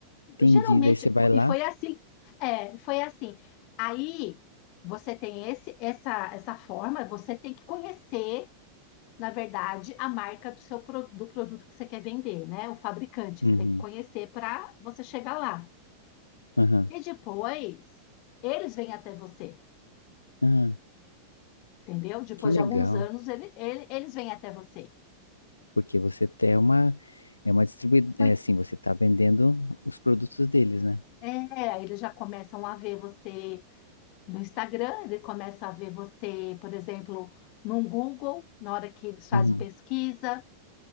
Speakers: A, on the left; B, on the left.
A: Entendi.
B: Geralmente,
A: Daí você vai lá.
B: e foi assim, é, foi assim. Aí você tem esse, essa, essa forma, você tem que conhecer, na verdade, a marca do seu pro- do produto que você quer vender, né? O fabricante,
A: Uhum.
B: você tem que conhecer para você chegar lá.
A: Aham.
B: E depois, eles vêm até você,
A: Ah,
B: entendeu? Depois
A: que legal,
B: de alguns anos, ele, ele- eles vêm até você.
A: porque você tem uma, é uma distribuidora,
B: Por-
A: é assim, você tá vendendo os produtos deles, né?
B: É, eles já começam a ver você no Instagram, ele começa a ver você, por exemplo, no Google, na hora que eles fazem
A: Uhum.
B: pesquisa,